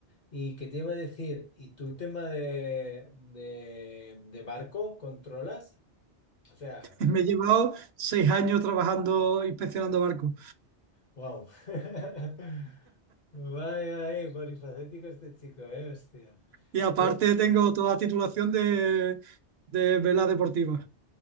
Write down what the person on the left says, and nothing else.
¿Y qué te iba a decir? ¿Y tu tema de, de, de barco controlas? O sea,
Wow. <laughs> Vaya, vaya, polifacético este chico, eh, hostia.
Pu-